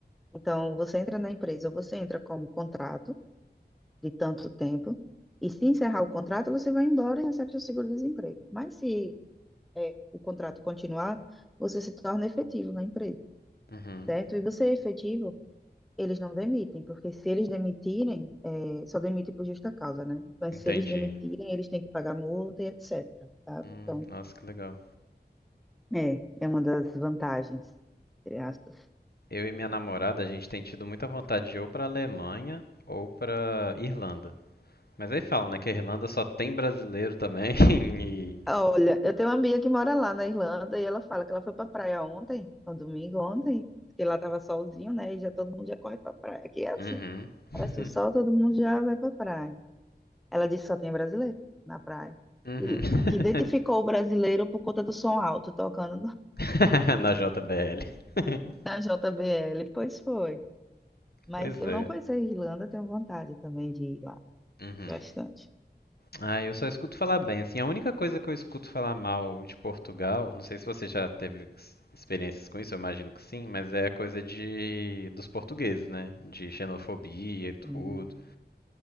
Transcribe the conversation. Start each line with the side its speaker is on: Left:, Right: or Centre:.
Centre: Então, você entra na empresa, você entra como contrato de tanto tempo, e se encerrar o contrato, você vai embora e recebe seu seguro-desemprego. Mas se é, o contrato continuar, você se torna efetivo na empresa,
Left: uhum.
Centre: certo? E você é efetivo, eles não demitem, porque se eles demitirem, é, só demitem por justa causa, né? Mas
Left: Entendi.
Centre: se eles demitirem, eles têm que pagar multa e etc, tá?
Left: Hum,
Centre: Então,
Left: nossa, que legal.
Centre: é, é uma das vantagens, entre aspas.
Left: Eu e minha namorada, a gente tem tido muita vontade de ir ou pra Alemanha ou pra Irlanda. Mas aí falam, né, que a Irlanda só tem brasileiro também <laughs> e...
Centre: Olha, eu tenho uma amiga que mora lá na Irlanda e ela fala que ela foi pra praia ontem, no domingo ontem, porque lá tava solzinho, né? E já todo mundo já corre pra praia. Aqui é assim,
Left: Uhum. <laughs>
Centre: parece o sol, todo mundo já vai pra praia. Ela disse que só tinha brasileiro na praia.
Left: Uhum.
Centre: E
Left: <laughs>
Centre: que identificou o brasileiro por conta do som alto tocando no-
Left: <laughs> Na JBL. <laughs>
Centre: <laughs> na JBL. Pois foi. Mas
Left: pois
Centre: eu
Left: é.
Centre: não conheço a Irlanda, tenho vontade também de ir lá.
Left: Uhum.
Centre: Bastante.
Left: Ah, eu só escuto falar bem. Assim, a única coisa que eu escuto falar mal de Portugal, não sei se você já teve experiências com isso, eu imagino que sim, mas é a coisa de dos portugueses, né? De xenofobia e tudo.
Centre: Hum,